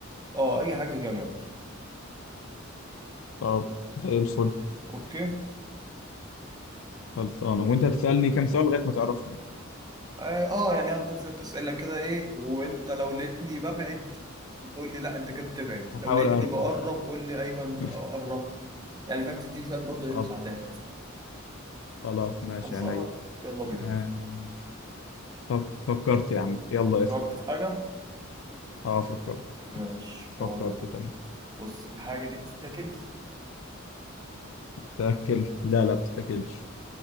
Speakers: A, on the right (about 20°); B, on the left (about 65°).
A: اه أي حاجة جماد
B: طب زي الفل
A: أوكي
B: خلصانة وانت هتسألني كام سؤال لغاية ما تعرفهم يعني
A: اه آه، يعني هفضل شوية أسئلة كده إيه وأنت لو لقيتني ببعد قول لي لا أنت كده بتبعد
B: هحاول
A: لو لقيتني
B: اعرف
A: بقرب قول لي أيوه أنت
B: <laughs>
A: قربت يعني فاهم تديني شوية برضه إيه
B: طب
A: مساعدات
B: خلاص ماشي
A: خلصانة
B: عينيا
A: يلا بينا
B: آه. طب فكرت يا عم يلا
A: فكرت
B: اسأل
A: في حاجة
B: اه فكرت
A: ماشي
B: فكرت
A: هقول لك أنا
B: تمام
A: بص الحاجة دي بتتاكل
B: تاكل لا لا بتتاكلش